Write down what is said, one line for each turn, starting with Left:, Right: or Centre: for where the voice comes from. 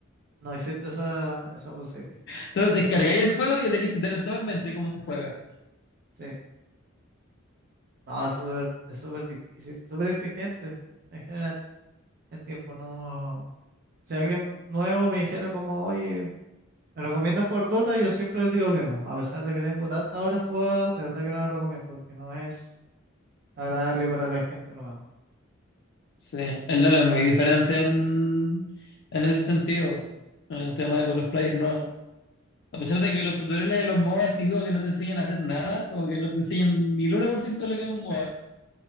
Right: No existe esa, esa posibilidad.
Left: Entonces descargáis el juego y ya tenéis que tener todo en mente cómo se juega.
Right: Sí. No, es súper, es súper difícil, súper exigente en general. en tiempo no. Si alguien nuevo me dijera como, oye, ¿me recomiendas jugar Dota? Yo siempre les digo que no. A pesar de que tengo tantas horas jugadas, de verdad que no lo recomiendo porque no es agradable para la gente nueva.
Left: Sí, el LoL es muy diferente en, en ese sentido. En el tema de con los players, no. A pesar de que los tutoriales de los MOBA es típico que no te enseñan a hacer nada, como que no te enseñan ni el uno por ciento de lo que es un MOBA.